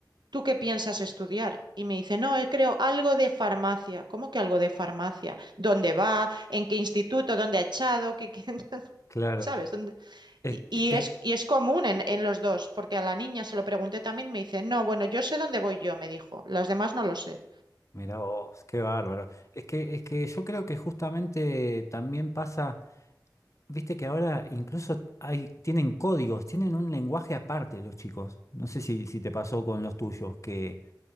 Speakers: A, on the right; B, on the left.
A: ¿tú qué piensas estudiar? Y me dice, no, eh, creo algo de farmacia. ¿Cómo que algo de farmacia? ¿Dónde va? ¿En qué instituto? ¿Dónde ha echado? ¿Qué, qué- <laughs>
B: claro.
A: sabes ¿Dónde?
B: Es,
A: Y, y
B: es-
A: es, y es común en, en los dos, porque a la niña se lo pregunté también, me dice, no, bueno, yo sé dónde voy yo, me dijo, las demás no lo sé.
B: mirá vos, qué bárbaro. Es que, es que yo creo que justamente también pasa... Viste que ahora incluso hay, tienen códigos, tienen un lenguaje aparte los chicos. No sé si, si te pasó con los tuyos, que